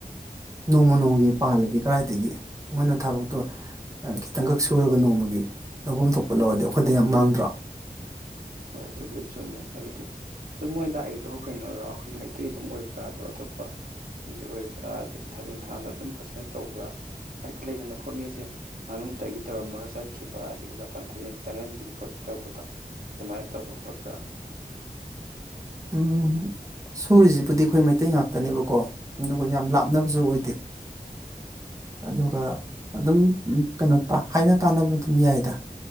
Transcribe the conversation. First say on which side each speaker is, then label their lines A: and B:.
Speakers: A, on the right; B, on the right.
A: ꯅꯣꯡꯃ ꯅꯣꯡꯃꯒꯤ ꯄꯥꯜꯂꯗꯤ ꯀꯗꯥꯏꯗꯒꯤ ꯃꯣꯏꯅ ꯊꯕꯛꯇꯣ ꯈꯤꯇꯪꯈꯛ ꯁꯨꯔꯒ ꯅꯣꯡꯃꯒꯤ ꯂꯧꯐꯝ ꯊꯣꯛꯄ ꯂꯧꯔꯗꯤ ꯑꯩꯈꯣꯏꯗ ꯌꯥꯝ ꯃꯥꯡꯗ꯭ꯔꯣ
B: ꯍꯣꯏ ꯑꯗꯨꯕꯨꯗꯨ ꯆꯨꯝꯃꯦ ꯍꯥꯏꯕꯗꯤ ꯑꯗꯨꯝ ꯃꯣꯏ ꯂꯥꯛꯏꯗꯣ ꯀꯩꯅꯣꯔꯣ ꯑꯩꯈꯣꯏꯒꯤ ꯃꯩꯇꯩ ꯑꯗꯨꯝ ꯑꯣꯏꯕ꯭ꯔꯥ ꯑꯗꯣ ꯑꯇꯣꯞꯄ ꯃꯤ ꯑꯣꯏꯕ꯭ꯔꯥ ꯑꯗꯒꯤ ꯊꯕꯛ ꯏꯪꯈꯥꯡ ꯑꯗꯨꯝ ꯐꯖꯅ ꯇꯧꯕ꯭ꯔꯥ ꯍꯥꯏꯗꯤ ꯂꯩꯗꯅꯀꯣ ꯃꯤꯁꯦ ꯃꯃꯤꯡꯇꯒꯤ ꯇꯧꯔꯝꯃꯒ ꯆꯠꯈꯤꯕ ꯑꯗꯒꯤ ꯃꯇꯝ ꯀꯨꯏꯅ ꯆꯪꯍꯟꯕꯤ ꯈꯣꯠꯄꯤ ꯇꯧꯕꯗꯣ ꯃꯥꯏꯟ ꯇꯧꯕ꯭ꯔꯥ ꯈꯣꯠꯄ꯭ꯔꯥ
A: ꯎꯝ ꯁꯨꯔꯤꯁꯤꯕꯨꯗꯤ ꯑꯩꯈꯣꯏ ꯃꯩꯇꯩ ꯉꯥꯛꯇꯅꯦꯕꯀꯣ ꯑꯗꯨꯒ ꯌꯥꯝ ꯂꯥꯞꯅꯕꯁꯨ ꯑꯣꯏꯗꯦ ꯑꯗꯨꯒ ꯑꯗꯨꯝ ꯀꯩꯅꯣ ꯇꯥ ꯍꯥꯏꯅ ꯇꯥꯅꯕ ꯑꯗꯨꯝ ꯌꯥꯏꯗ